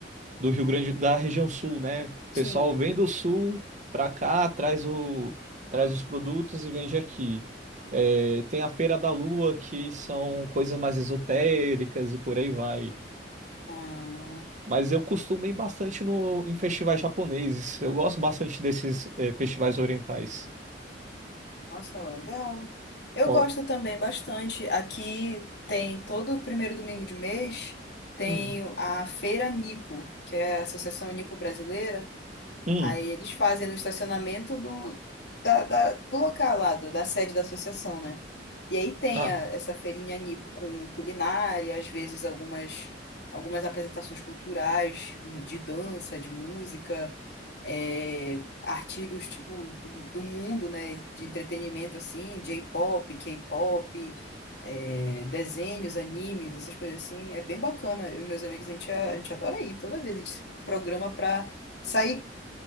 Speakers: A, on the right (about 45°); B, on the left (about 65°).
A: do Rio Grande, da região sul, né? O
B: sim.
A: pessoal vem do sul para cá, traz o, traz os produtos e vende aqui. Eh, tem a Feira da Lua, que são coisas mais esotéricas e por aí vai.
B: Ah,
A: Mas eu costumo ir bastante no, em festivais japoneses. Eu gosto bastante desses eh, festivais orientais.
B: nossa, legal. Eu
A: Ó,
B: gosto também bastante. Aqui tem todo o primeiro domingo de mês. Tem
A: hum,
B: a Feira Nipo, que é a Associação Nipo Brasileira,
A: hum,
B: Aí eles fazem no estacionamento do, da, da- do local lá, do- da sede da associação, né? E aí tem
A: ah,
B: a- essa feirinha nipo com culinária, às vezes algumas, algumas apresentações culturais de dança, de música, é, artigos tipo do, do mundo, né? De entretenimento assim, J-pop, K-pop, é, desenhos, animes, essas coisas assim. É bem bacana. Eu e meus amigos, a gente, a, a gente adora ir. Toda vez a gente se programa pra sair